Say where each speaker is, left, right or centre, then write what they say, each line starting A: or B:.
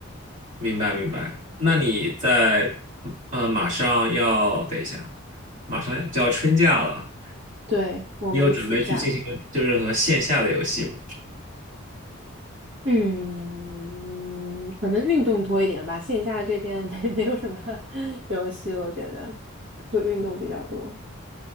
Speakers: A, on the right; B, on the right.
A: 明白明白。那你在呃，马上要等一下，马上就要春假了，
B: 对，我们暑假。
A: 你有准备去进行就任何线下的游戏吗？
B: 嗯，可能运动多一点吧，线下这边 <laughs> 没没有什么 <laughs> 游戏，我觉得会运动比较多，